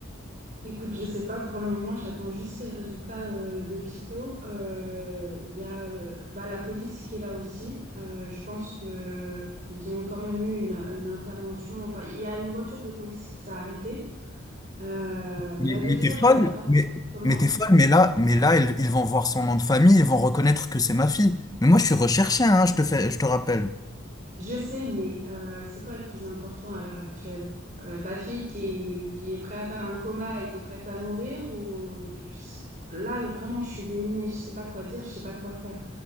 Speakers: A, on the right; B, on the left.
A: Écoute, je sais pas pour le moment, j'attends juste les résultats euh, de Pito. Euh, Il y a euh, bah, la police qui est là aussi. Euh, je pense que ils ont quand même eu une, une intervention. Enfin, il y a une voiture de police qui s'est arrêtée. Euh,
B: Mais,
A: la deuxième,
B: mais t'es folle,
A: elle a tracé
B: mais,
A: comment?
B: mais t'es folle, mais là, mais là, ils, ils vont voir son nom de famille, ils vont reconnaître que c'est ma fille. Mais moi, je suis recherché, hein, je te fais, je te rappelle.
A: Je sais, mais euh, c'est quoi le plus important à l'heure actuelle? Euh, ta fille qui est, qui est prête à faire un coma et qui est prête à mourir ou je- là vraiment je suis démunie, je sais pas quoi dire, je sais pas quoi faire.